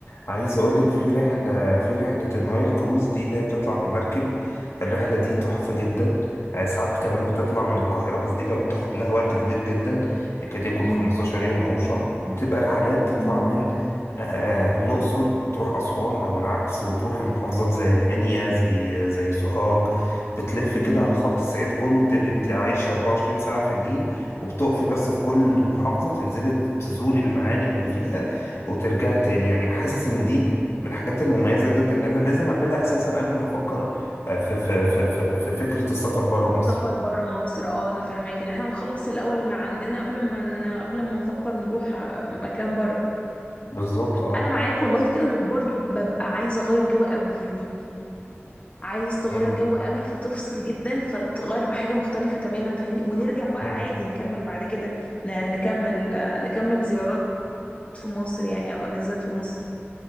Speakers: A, on the left; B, on the left.
A: عايز اقولك في رحلة في رحلة النايل كروز دي اللي هي بتطلع بمركب الرحلة دي تحفة جدا آه، ساعات كمان بتطلع من القاهرة بس دي بقى بتاخد لها وقت كبير جدا يكاد يكون
B: امم
A: 15 يوم او شهر بتبقى رحلات تطلع
B: امم
A: من آه، الأقصر تروح أسوان أو العكس وتروح المحافظات زي المنيا زي زي سوهاج بتلف كده
B: امم
A: على خط الصعيد كله بتبقي انت عايشة 24 ساعة في النيل وبتقفي بس في كل محافظة تنزلي تزوري المعالم اللي فيها وترجع تاني يعني حاسس ان دي من الحاجات المميزة جدا ان انا لازم اعملها اساسا قبل ما افكر آه، في في في في, في فكرة السفر برا
B: السفر
A: مصر
B: بره مصر اه انا فاهماك ان احنا نخلص الاول اللي عندنا قبل ما ن... قبل ما نفكر نروح ع- مكان بره
A: بالظبط اه
B: انا معاك والله في كده بس برضو ببقى عايزه اغير جو قوي يعني عايز تغير
A: مم.
B: جو قوي فتفصل جدا فتغير بحاجه مختلفه تماما فاهمني ونرجع بقى
A: مم.
B: عادي نكمل بعد كده ن... نكمل نكمل زيارات في مصر يعني او اجازات في مصر